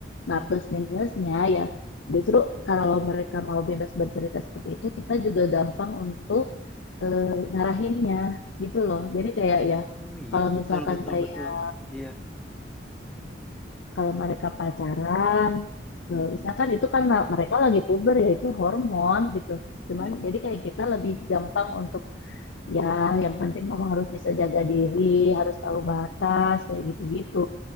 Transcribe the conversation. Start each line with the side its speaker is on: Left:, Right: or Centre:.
Centre: Hmm.
Left: Nah, plus minusnya ya justru kalau mereka mau bebas bercerita seperti itu, kita juga gampang untuk eh, ngarahinnya gitu loh. Jadi kayak ya
Centre: Oh iya,
Left: kalau
Centre: betul
Left: misalkan
Centre: betul
Left: kayak
Centre: betul. Iya.
Left: kalau mereka pacaran
Centre: Mhm.
Left: eh, misalkan itu kan ma- mereka lagi puber ya itu hormon gitu cuman
Centre: Mhm.
Left: jadi kayak kita lebih gampang untuk ya yang penting kamu harus bisa jaga diri harus tahu batas kayak gitu-gitu